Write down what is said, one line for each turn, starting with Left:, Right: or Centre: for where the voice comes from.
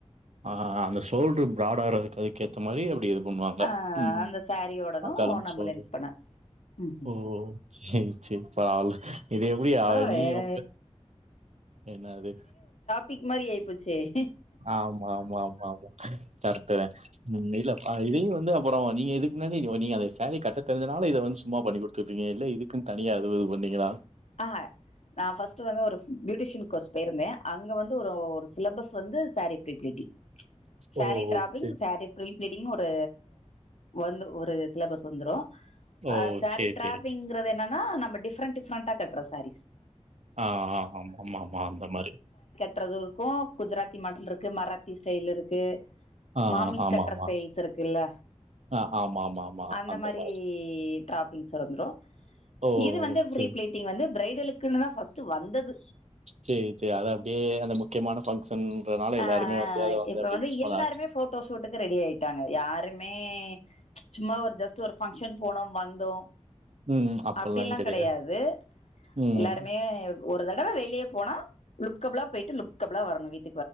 Right: ஆ ஹ அந்த சோல்டரு ப்ரட ஆறதுக்கு அதுக்க ஏத்த மாதிரி அப்டி பண்ணுவாங்க
Left: ஆ
Right: உம்
Left: அந்த சாரியோடது
Right: ஆக்காலம்
Left: நம்ம
Right: சோறு
Left: லென்த் பண்ண ம்
Right: ஓ சரி சரி பவல இது எப்படிா
Left: பரவால்லையே
Right: நீ உங்க என்னது
Left: பிக் மாி ஆயிபோச்சி எ
Right: ஆமா ஆமா ஆமா ஆமா தரத்துறே உம் இல்ல ஆஹ இதையு வந்து அப்புற நீ எதுக்குமாரி நீங்க சரிகாட்ட தெரிஞ்சனால இதை வந்து சும்மா பண்ணி கொடுத்துப்பீங்க இல்ல இதுக்கு தனியா எதுனா பண்ணீங்களா
Left: ஆஹ நா ஃபர்ஸ்ட் வந்து ஒரு பியூட்டிஷியன் கோஸ் போயிருந்தே அங்க வந்து ஒரு ஒரு சிலபஸ் வந்து சாரி பிரீ ப்லிடிங் சாரி
Right: ஓ!
Left: ட்ரபிங்
Right: சரி.
Left: சாரி பிரில் ப்லிடிங் ஒரு வந்து ஒரு சிலபஸ் வந்துடு
Right: ஓ!
Left: அஹ சாரி
Right: சரி,
Left: ட்ரபிங்கறது
Right: சரி.
Left: என்னன்ன நம டிஃரெ் டிஃரண்ட் கட்டுற சாரிஸ்
Right: ஆஹ ஆ ஆமா ஆமா ஆமா அந்த மாதிரி
Left: இருக்கும் குஜராத்தி மாடல் இருக்கு மராத்தி ஸ்டைல் இருக்கு
Right: ஆ,
Left: மாமிஸ்
Right: ஆமாமா.
Left: கற்ற ஸ்டைல்ஸ் இருக்குல்ல
Right: ஆ, ஆமாமாமா.
Left: அந்த மாதிரி
Right: மாரி.
Left: டாப்பிங்ந்து
Right: ஓ!
Left: இது வந்து
Right: சரி,
Left: ீ வந்து பிரரைடலுக்குனு தான் பர்ஸ்ட் வந்தது
Right: சரி சரி அத அப்படியே அந்த மு முக்கியமான ஃபங்ஷன்றனால
Left: ஆஹ்
Right: எல்லாருமே வந்து அத
Left: இப்ப
Right: அப்படியே
Left: வந்து
Right: யூஸ் பண்ண
Left: எல்லாருமே
Right: ஆரம்
Left: போட்டோ சூட்டுக்கு ரெடி ஆயிட்டாங்க யாருமே மே சும்மா ஒரு ஜஸ்ட் ஒரு பங்க்ஷன் போனோம் வந்தோம்
Right: ம். அப்பல்லாம்
Left: அப்பட எல்லாம்
Right: கெடையாது.
Left: கிடையாது
Right: ம்.
Left: எல்லாருமே ஒரு தடவை வெளியே போனா லுக்கபிலா போயிட்டுலுக்கபிளா வரனும் வீட்டு